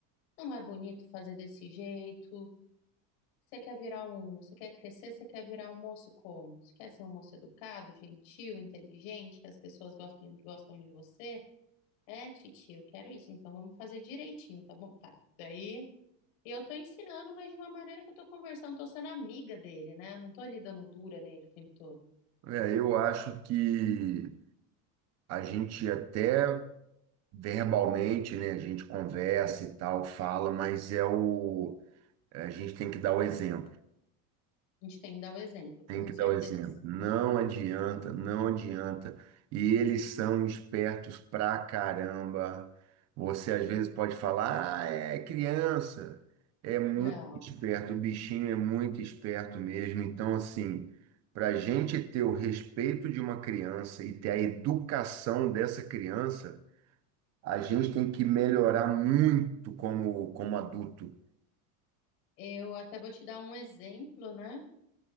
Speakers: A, on the left (about 65°); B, on the right (about 35°).
A: Não é bonito fazer desse jeito. Você quer virar um, você quer crescer, você quer virar um moço como? Você quer ser um moço educado, gentil, inteligente, que as pessoas gostem, gostam de você? É, titia, eu quero isso, então vamos fazer direitinho, tá bom? Tá. Daí eu tô ensinando, mas de uma maneira que eu tô conversando, tô sendo amiga dele, né? Eu não tô lhe dando dura nele o tempo todo.
B: É, eu acho que a gente até Verbalmente, né, a gente conversa e tal, fala, mas é o a gente tem que dar o exemplo.
A: A gente tem que dar o exemplo,
B: Tem
A: com
B: que
A: certeza.
B: dar o exemplo. Não adianta, não adianta. E eles são espertos pra caramba. Você às vezes pode falar, ah, é criança. É muito
A: Não,
B: esperto, o bichinho é muito esperto mesmo. Então, assim, para a gente ter o respeito de uma criança e ter a educação dessa criança, A gente tem que melhorar muito como, como adulto.
A: eu até vou te dar um exemplo, né?